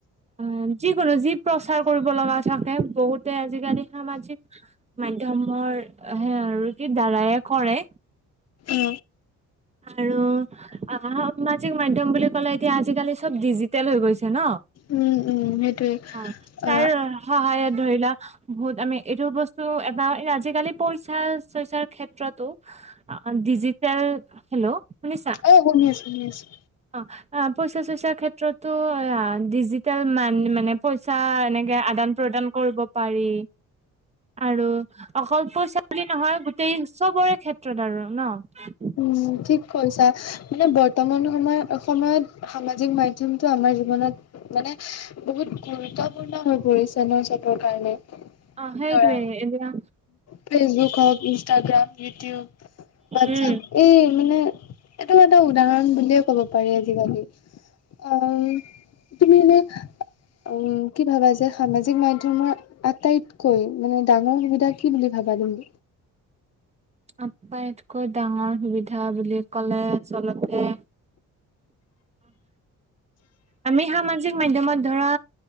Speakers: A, on the right; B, on the left.
A: উম, যিকোনো যি প্ৰচাৰ কৰিব লগা থাকে, বহুতে আজিকালি সামাজিক মাধ্যমৰ সে আৰু দ্বাৰায়েই কৰে।
B: অ
A: আৰু অ' সামাজিক মাধ্যম বুলি কলে, এতিয়া আজিকালি চব ডিজিটেল হৈ গৈছে ন?
B: উম, উম সেইটোৱে।
A: অ তাৰ
B: আ
A: সহায়ত ধৰি লোৱা বহুত আমি এইটো বস্তু এটা, আজিকালি পইচা চইচাৰ ক্ষেত্ৰতো ডিজি টেল হেল্ল' শুনিছা?
B: অ শুনি আছোঁ, শুনি আছোঁ।
A: অ' অ' পইচা চইচাৰ ক্ষেত্ৰতো ডিজিটেল মান মানে পইচা এনেকে আদান প্ৰদান কৰিব পাৰি। আৰু অকল পইচা বুলি নহয়, গোটেই চবৰে ক্ষেত্ৰত আৰু ন?
B: উম, ঠিক কৈছা। মানে বৰ্তমান সময় সময়ত সামাজিক মাধ্যমতটো আমাৰ জীৱনত মানে বহুত গুৰুত্বপূৰ্ণ হৈ পৰিছে ন চবৰ কাৰণে।
A: অ সেইটোৱে
B: ধৰা
A: এতিয়া
B: ফেচবুক হওক, ইনষ্টাগ্ৰাম ইউটিউব হোৱাটচএপ
A: উম
B: এই মানে এইটো এটা উদাহৰণ বুলিয়ে ক'ব পাৰি আজিকালি। অ', তুমি এনেই উ কি ভাবা যে সামাজিক মাধ্যমৰ আটাইতকৈ মানে ডাঙৰ সুবিধা কি বুলি ভাবা তুমি?
A: আটাইতকৈ ডাঙৰ সুবিধা বুলি ক'লে আচলতে। আমি সামাজিক মাধ্যমত ধৰা